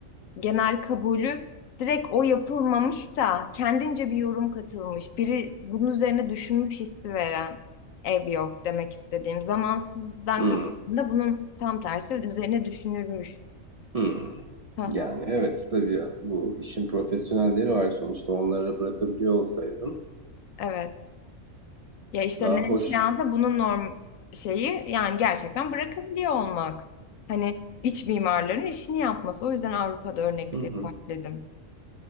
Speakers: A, on the left; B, on the right.
A: genel kabulü direkt o yapılmamış da kendince bir yorum katılmış. Biri bunun üzerine düşünmüş hissi veren ev yok demek istediğim. Zamansızdan
B: Hı,
A: kastımda bunun tam tersi üzerine düşünülmüş.
B: hı.
A: Hı hı,
B: Yani evet tabii ya, bu işin profesyonelleri var sonuçta onlara bırakabiliyor olsaydın
A: Evet. Ya işte
B: daha
A: Nevşehir'de
B: hoş.
A: bunun norm şeyi yani gerçekten bırakabiliyor olmak. Hani iç mimarların işini yapması. O yüzden Avrupa'da örnekleri
B: Hı hı.
A: var dedim.